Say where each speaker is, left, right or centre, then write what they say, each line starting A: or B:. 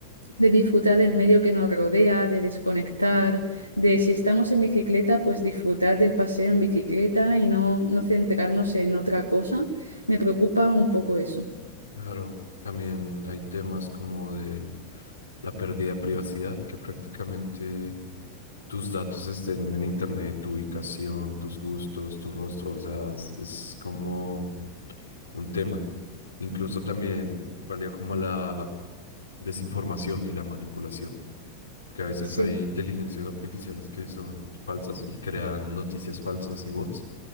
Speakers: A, on the left; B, on the left.
A: de disfrutar del medio que nos rodea, de desconectar, de si estamos en bicicleta, pues disfrutar del paseo en bicicleta y no, no centrarnos en otra cosa. Me preocupa un poco eso.
B: Claro, también hay temas como de la pérdida de privacidad, que prácticamente... tus datos estén en internet, tu ubicación, tus gustos, tu rostro, o sea, es, es como un tema. Incluso también valía como la desinformación y la manipulación, que a veces
A: Sí,
B: hay inteligencias artificiales que son falsas y crean noticias falsas y bots,